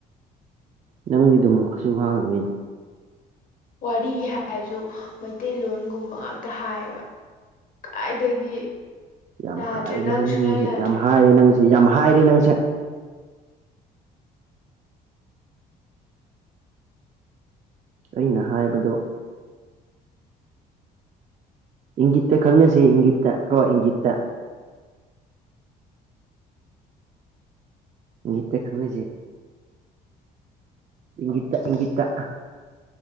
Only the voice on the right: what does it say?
ꯅꯪꯗꯤ ꯑꯗꯨꯝ ꯀꯩꯁꯨ ꯋꯥꯥꯡꯒꯗꯕꯅꯤꯅꯦ
ꯌꯥꯝ
ꯍꯥꯏꯔꯦ
ꯅꯪꯁꯦ
ꯌꯥꯝ ꯍꯥꯏꯔꯦ ꯅꯪꯁꯦ ꯌꯥꯝ ꯍꯥꯏꯔꯦ ꯅꯪꯁꯦ ꯑꯩꯅ ꯍꯥꯏꯕꯗꯨ ꯏꯪꯒꯤꯠꯇ ꯈꯪꯅꯥꯁꯤ ꯏꯪꯒꯤꯠꯇ ꯀꯣ ꯏꯪꯒꯤꯠꯇ ꯏꯪꯒꯤꯠꯇ ꯈꯪꯅꯁꯦ ꯏꯪꯒꯤꯠ ꯇꯥ ꯏꯪꯒꯤꯠ ꯇꯥ